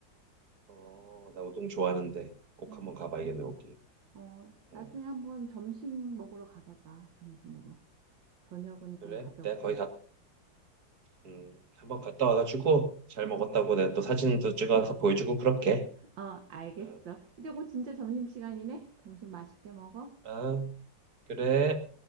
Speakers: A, on the right (about 55°); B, on the right (about 80°).
A: 어, 나 우동 좋아하는데 꼭
B: 음,
A: 한 번 가봐야겠네 여기.
B: 어,
A: 어,
B: 나중에 한번 점심 먹으러 가봐봐. 점심으로. 저녁은
A: 그래?
B: 좀 가볍고.
A: 내가 거기 음, 한번 갔다 와가지고 잘
B: 응.
A: 먹었다고 내가 또 사진도 찍어서
B: <laughs>
A: 보여주고 그렇게.
B: 어, 알겠어.
A: 어,
B: 이제 곧 진짜 점심시간이네? 점심 맛있게 먹어.
A: 아, 아, 그래.